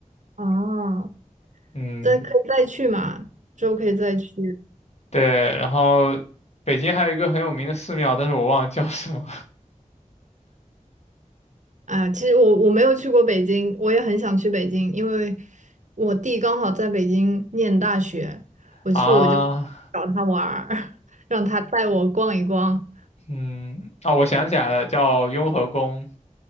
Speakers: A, on the right; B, on the left.
A: 哦，
B: 嗯，
A: 再可以再去嘛，之后可以再去。
B: 对。然后北京还有一个很有名的寺庙，但是我忘了叫什么
A: 啊，其实我我没有去过北京，我也很想去北京，因为我弟刚好在北京念大学，我去我就
B: <laughs> 啊。
A: 找他玩儿，<laughs> 让他带我逛一逛。
B: 嗯，哦，我想起来了，叫雍和宫。